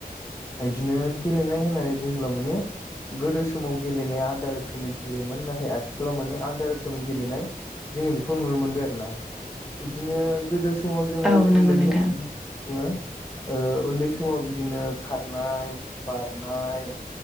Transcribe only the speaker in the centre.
औ नंगौ
नोंथां